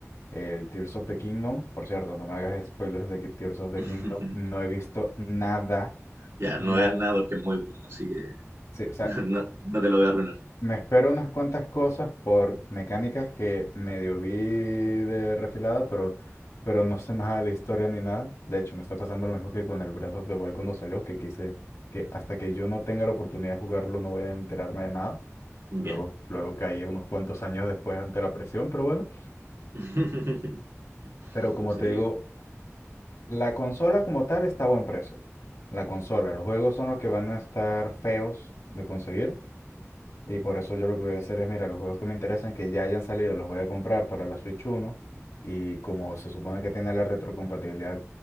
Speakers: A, on the left; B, on the right.
A: el Tears of the Kingdom. Por cierto, no me hagas spoilers de que Tears of the
B: <laughs>
A: Kingdom. No he visto nada,
B: Ya, no
A: nada.
B: veas nada porque es muy bueno, así que
A: Sí, o sea,
B: <laughs> no, no te lo voy a arruinar.
A: me espero unas cuantas cosas por mecánicas que medio vi de refilada, pero, pero no sé nada de la historia ni nada. De hecho, me está pasando lo mismo que con el Breath of the Wild cuando salió, que quise que hasta que yo no tenga la oportunidad de jugarlo no voy a enterarme de nada.
B: Bien.
A: Luego, luego caí unos cuantos años después ante la presión, pero bueno.
B: <laughs>
A: Pero como
B: Sí,
A: te digo, La consola como tal está a buen precio. La consola, los juegos son los que van a estar feos de conseguir. Y por eso yo lo que voy a hacer es, mira, los juegos que me interesan, que ya hayan salido, los voy a comprar para la Switch uno Y como se supone que tiene la retrocompatibilidad,